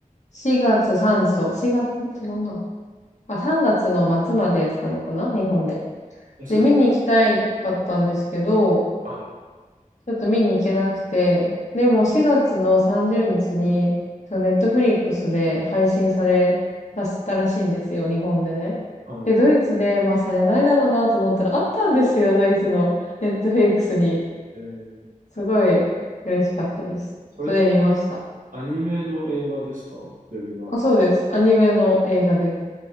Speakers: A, on the left; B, on the right.
A: 4月3、そう、4月、違うな。あ、3月の末までやってたのかな日本で。
B: え、それ、
A: で、見に行きたいかったんですけど、
B: はい、
A: ちょっと見に行けなくて、でも4月の30日にちに、そのネットフリックスで配信されたしたらしいんですよ、日本でね。
B: はい。
A: で、ドイツで、まあされないだろうなと思ったら、あったんですよ、ドイツのネットフリックスに。
B: えー
A: すごい嬉しかったです。
B: それって
A: それ見ました。
B: アニメの映画ですかベルバラ。
A: あ、そうです。アニメの映画です。